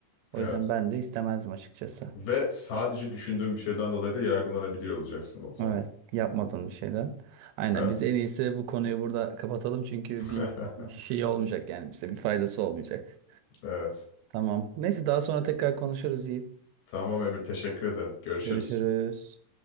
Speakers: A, on the right; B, on the left.
A: O
B: Evet.
A: yüzden ben de istemezdim açıkçası.
B: Ve sadece düşündüğün bir şeyden dolayı da yargılanabiliyor olacaksın o zaman.
A: Evet, yapmadığım bir şeyden. Aynen
B: Evet.
A: biz en iyisi bu konuyu burada kapatalım çünkü
B: <laughs>
A: bir şey olmayacak yani bize bir faydası olmayacak.
B: Evet.
A: Tamam. Neyse daha sonra tekrar konuşuruz Yiğit.
B: Tamam Emir, teşekkür ederim. Görüşürüz.
A: Görüşürüz.